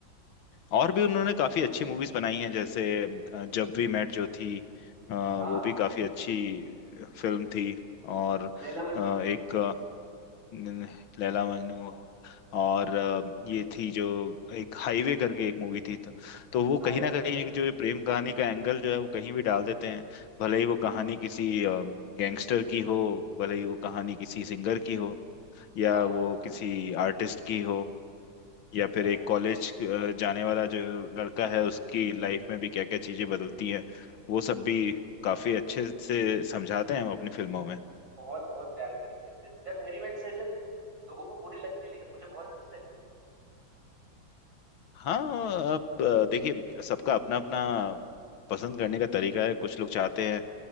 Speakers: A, on the left (about 85°); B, on the right (about 85°).
A: और भी उन्होंने
B: था
A: काफी अच्छी मूवीज बनाई हैं जैसे अ, जब वी मेट जो थी अ, वो
B: हाँ
A: भी काफी अच्छी फिल्म थी और
B: लैला मजनू
A: अ, एक अ, न- लैला मजनू और अ, ये थी जो एक हाईवे करके एक मूवी थी तो, तो वो
B: हाय
A: कहीं ना
B: बे
A: कहीं
B: हाँ
A: एक जो ये प्रेम कहानी का एंगल जो है वो कहीं भी डाल देते हैं भले ही वो कहानी किसी गैंगस्टर की हो भले ही वो कहानी किसी सिंगर की हो या
B: हाँ
A: वो
B: हाँ
A: किसी आर्टिस्ट की हो या
B: हाँ,
A: फिर एक
B: सही
A: कॉलेज
B: है
A: जाने वाला जो लड़का है उसकी लाइफ में भी क्या क्या चीजें बदलती हैं वो सब भी काफी अच्छे से समझाते हैं हम अपनी फिल्मों में
B: बहुत बहुत प्यारे तरीके से जब हैरी मेट से जब लोगों को बुरी लगती है लेकिन मुझे बहुत अच्छी लगी वो।
A: हाँ अब अ, देखिए सबका अपना अपना पसंद करने का तरीका है कुछ लोग चाहते हैं